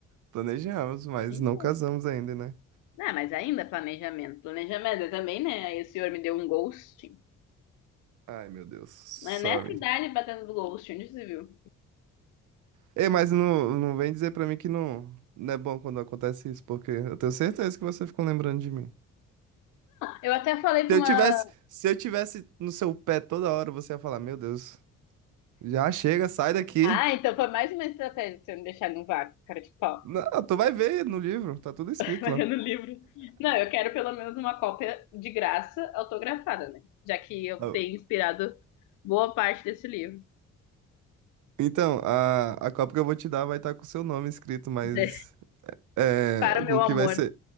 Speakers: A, on the right (about 80°); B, on the left (about 85°).
A: planejamos, mas
B: Então.
A: não casamos ainda, né?
B: Ah, mas ainda planejamento. Planejamento eu também, né? Aí o senhor me deu um ghosting.
A: Ai, meu Deus, sorry.
B: Mas Nessa idade batendo do ghosting, onde você viu?
A: Ei, mas não, não vem dizer pra mim que não, não é bom quando acontece isso, porque eu tenho certeza que você ficou lembrando de mim.
B: Eu até falei pra
A: Se
B: uma
A: eu tivesse, se eu tivesse no seu pé toda hora, você ia falar, meu Deus, já chega, sai daqui.
B: Ah, então foi mais uma estratégia de você me deixar no vácuo, cara de pau.
A: Não, tu vai ver no livro, tá tudo escrito
B: <laughs> Largando
A: lá.
B: o livro. Não, eu quero pelo menos uma cópia de graça autografada, né? Já que eu
A: Eu-
B: tenho inspirado boa parte desse livro.
A: Então, a, a copa que eu vou te dar vai estar com o seu nome escrito, mas
B: Dizer,
A: é,
B: Para o meu
A: o
B: amor.
A: que vai ser,